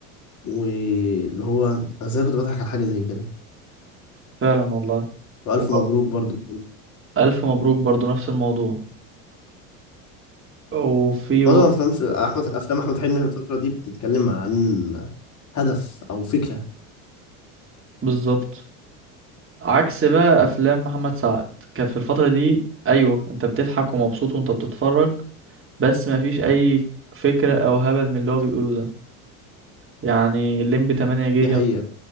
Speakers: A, on the left; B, on the right.
A: واللي هو أنا ازاي كنت بضحك على حاجه زي كده
B: فعلا والله
A: والف
B: وب-
A: مبروك برضو
B: الف مبروك برضو نفس الموضوع وفي
A: معظم افلام في احمد افلام احمد حلمي في الفتره دي بتتكلم عن هدف او فكره
B: بالظبط عكس بقى افلام محمد سعد كانت في الفتره دي ايوه انت بتضحك ومبسوط وانت بتتفرج بس مفيش اي فكره او هبل من اللي هو بيقوله ده يعني الليمبي 8 جيجا
A: دي حقيقه